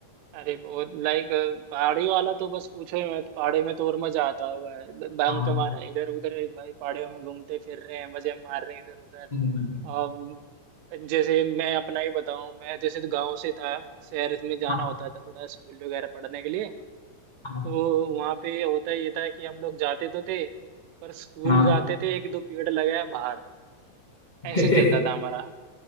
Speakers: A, on the right; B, on the left.
A: अरे बहुत लाइक पहाड़ी वाला तो बस पूछो ही मत पहाड़ी में तो और मजा आता हुआ है बंक
B: हाँ
A: मारा इधर उधर भाई पहाड़ियों में घूमते फिर रहे हैं मजे मार रहे हैं इधर उधर
B: हम्म,
A: अम, जैसे मैं अपना ही बताऊं मैं जैसे तो गांव से था शहर में जाना
B: हाँ
A: होता था थोड़ा स्कूल वगैरह पढ़ने के लिए
B: हाँ
A: तो वहाँ पे होता ये था कि हम लोग जाते तो थे पर स्कूल
B: हाँ
A: जाते थे एक दो पीरियड लगाया बाहर
B: <laughs>
A: ऐसे चलता था हमारा